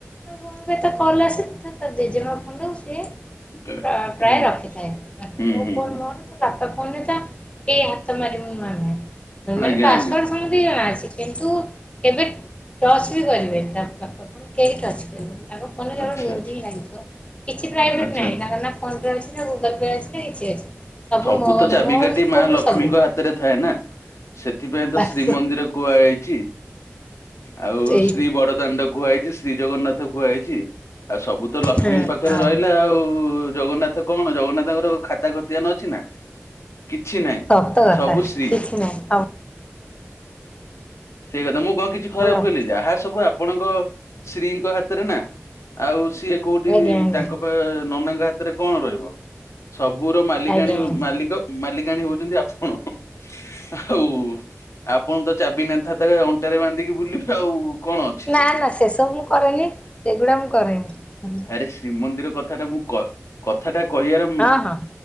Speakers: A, on the left; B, on the left.
A: କ ଆ ଏ ତ କଲ୍ ଆସେ ତା ଜେଜେମା ଫୋନ୍ କୁ ସିଏ
B: ହୁଁ
A: ପ୍ରାୟ
B: ହୁଁ
A: ରଖିଥାଏ ବାକି
B: ହୁଁ
A: ମୋ
B: ହୁଁ
A: ଫୋନ
B: ହୁଁ
A: ମୋର ତା ବାପା ଫୋନରେ ତ କିଏ ହାତ ମାରିବୁାନେ ମାନେ
B: ଆଜ୍ଞା
A: ପାସୱଆଡ
B: ଆଜ୍ଞା
A: ତ ଜଣା ଅଛି କିନ୍ତୁ କେବେ ଟଚ୍ ବି କରିବେନି ତା ବାପା ଫୋନ୍ କେହି ଟଚ୍ କରିବେନି ତାଙ୍କ ଫୋନରେ କେବଳ
B: ଆଚ୍ଛା
A: ମିଉଜିକ ଲାଗିଥିବ କିଛି ପ୍ରାଇଭେଟ
B: ଆଚ୍ଛା
A: ନାହିଁ ତାଙ୍କର ନାଁ ଫୋନ ପେ ଅଛି ନା ଗୁଗଲ ପେ ଅଛି ନା କିଛି ଅଛି।
B: ସବୁ
A: ମୋ
B: ତ ଚାବିକାଠି
A: ମୋର ଫୋନ୍ରୁ
B: ମା ଲକ୍ଷ୍ମୀଙ୍କ
A: ସବୁ
B: ହାତରେ ଥାଏ ନା। ସେଥିପାଇଁ ତ
A: ବାସ୍
B: ଶ୍ରୀମନ୍ଦିର କୁହାଯାଇଛି। ଆଉ
A: ଏଇ
B: ଶ୍ରୀ ବଡ଼ଦାଣ୍ଡ କୁହା ହେଇଛି, ଶ୍ରୀ ଜଗନ୍ନାଥ କୁହା ହେଇଛି ଆଉ ସବୁ ତ ଲକ୍ଷ୍ମୀଙ୍କ
A: ହଁ
B: ପାଖରେ
A: ହଁ
B: ରହିଲା ଆଉ ଜଗନ୍ନାଥ କଣ ଜଗନ୍ନାଥଙ୍କର ଖାତା ଖତିଆ ନ ଅଛି। କିଛି ନାହିଁ କିଛି ନାହିଁ
A: ସତ କଥା
B: ସବୁ ଶ୍ରୀ
A: କିଛି ନାହିଁ ସବୁ
B: ସେଇ କଥା ମୁଁ କଣ କିଛି ଖରାପ
A: ରଖ-
B: କଲି ଯାହା ସବୁ ଆପଣଙ୍କ ଶ୍ରୀ ଙ୍କ ହାତରେ ନା ଆଉ ସିଏ କୋଉଠି
A: ଆଜ୍ଞା ଆଜ୍ଞା
B: ତାଙ୍କ ନନାଙ୍କ ହାତରେ କଣ ରହିବ? ସବୁର ମାଲିକାଣୀ
A: ଆଜ୍ଞା
B: ମାଲିକ ମାଲିକାଣୀ ହଉଛନ୍ତି ଆପଣ ଆଉ ଆପଣ ତ ଚାବି ନେନଥାତା ଅଣ୍ଟାରେ ବାନ୍ଧିକି ବୁଲିବେ ଆଉ କଣ ଅଛି
A: ନା
B: ସେଥିରେ।
A: ନା ସେସବୁ ମୁଁ କରେନି ସେଗୁଡା ମୁଁ କରେନି।
B: ଆରେ ଶ୍ରୀମନ୍ଦିର କଥା ଟା ମୁଁ କଥାଟା କହିବାର
A: ହଁ ହଁ